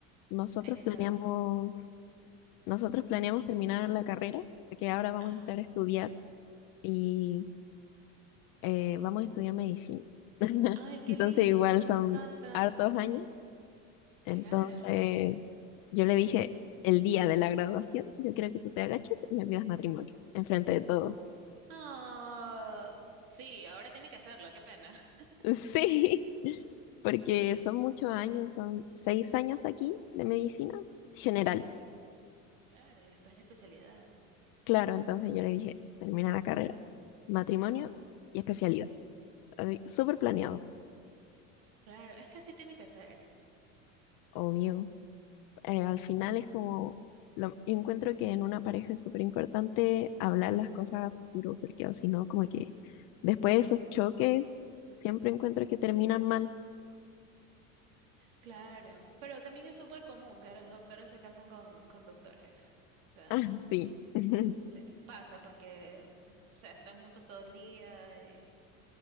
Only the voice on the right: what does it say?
exacto.
Ajá.
Ay, qué
lindo,
me encanta.
Claro.
Ah, sí, ahora tiene que hacerlo, qué pena. <laughs>
Claro, claro, y después la especialidad.
Claro, es que así tiene que ser.
Claro, pero también es súper común que los doctores se casan con, con doctores. O sea,
mm,
s- eh, pasa porque, <laughs> o sea, están juntos todo el día y